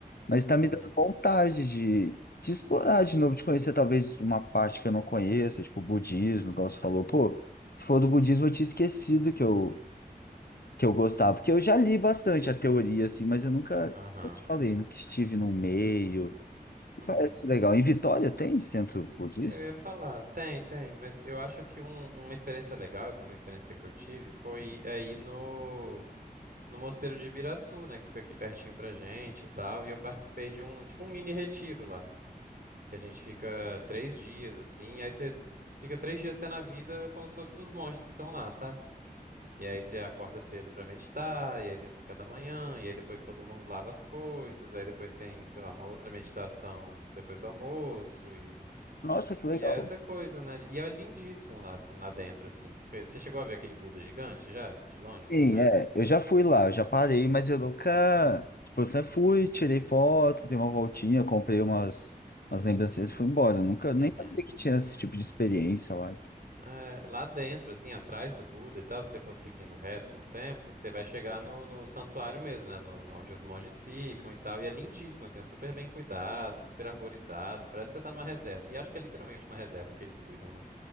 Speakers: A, on the left; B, on the right.
A: mas está
B: <laughs>
A: me
B: uhum,
A: dando vontade de, de explorar de novo, de conhecer talvez uma parte que eu não conheça, tipo budismo, igual você falou. Pô, se for do budismo, eu tinha esquecido que eu, que eu gostava, porque eu já li bastante a teoria, assim, mas eu nunca,
B: aham,
A: eu te falei, nunca estive no meio.
B: uhum.
A: Parece legal. Em Vitória tem centro budista?
B: Eu ia falar, tem, tem, mas eu acho que um- uma experiência legal, foi uma experiência que eu tive, foi aí no, no Mosteiro de Ibiraçu, né, que foi aqui pertinho pra gente e tal, e eu participei de um, tipo um mini retiro lá, que a gente fica três dias, assim, aí você fica três dias tendo a vida como se fosse dos monges que estão lá, sabe? E aí você acorda cedo pra meditar, e aí tem o café da manhã, e aí depois todo mundo lava as coisas, aí depois tem, sei lá, uma outra meditação depois do almoço e
A: Nossa, que
B: e
A: legal.
B: é essa coisa, né? E é lindíssimo lá assim, lá dentro assim, porque você chegou a ver aquele Buda gigante já, de longe, pelo
A: Sim,
B: menos?
A: é. Eu já fui lá, eu já parei, mas eu nunca. Tipo, eu sempre fui, tirei foto, dei uma voltinha, comprei umas, umas lembrancinhas e fui embora. Eu nunca nem
B: Uhum.
A: sabia que tinha esse tipo de experiência lá. então.
B: É, lá dentro, assim, atrás do Buda e tal, se você for seguindo reto um tempo, você vai chegar no, no santuário mesmo, né? No, no- onde os monges ficam e tal. E é lindíssimo, assim, é super bem cuidado, super arborizado. Parece que você tá numa reserva. E acho que é literalmente uma reserva que eles cuidam, né?